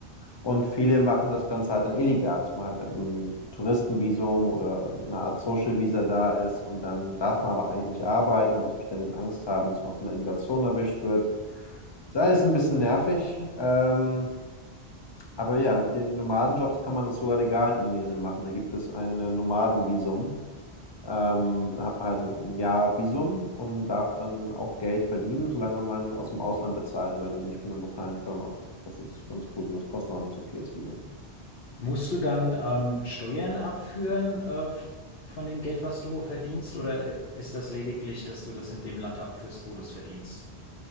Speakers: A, on the left (about 30°); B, on the left (about 65°).
A: Und viele machen das Ganze halt dann illegal, dass man halt mit einem Touristenvisum oder einer Art Social Visa da ist und dann darf man aber eigentlich nicht arbeiten, da muss man ständig Angst haben, dass man von der Immigration erwischt wird. Ist alles ein bisschen nervig, ähm, aber ja, mit den Nomadenjobs kann man das sogar legal in Indonesien machen. Da gibt es ein äh, Nomadenvisum. Ähm, da hat man halt ein Jahr Visum und darf dann auch Geld verdienen, solange man aus dem Ausland bezahlt wird und nicht von einer lokalen Firma. Das ist ganz gut und das kostet auch nicht so viel, das Visum.
B: Musst du dann ähm, Steuern abführen äh, f- von dem Geld, was du verdienst, oder ist das lediglich, dass du das in dem Land abführst, wo du es verdienst?